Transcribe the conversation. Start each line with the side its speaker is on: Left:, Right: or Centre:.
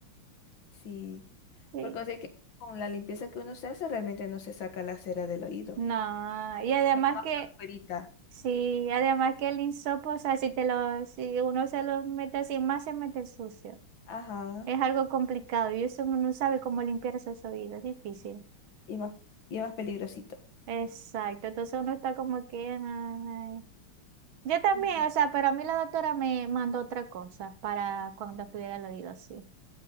Left: Sí,
Right: Sí.
Left: porque sé que con la limpieza que uno se hace realmente no se saca la cera del oído.
Right: No, y además
Left: Nada más
Right: que
Left: por fuerita.
Right: Sí, además que el insopo, o sea, si te lo, si uno se lo mete así, más se mete el sucio.
Left: Ajá.
Right: Es algo complicado y eso uno no sabe cómo limpiar esos oídos, es difícil.
Left: Y más, y es más peligrosito.
Right: Exacto, entonces uno está como que... ay. Yo también,
Left: Ujú.
Right: o sea, pero a mí la doctora me mandó otra cosa para cuando estuviera el oído así.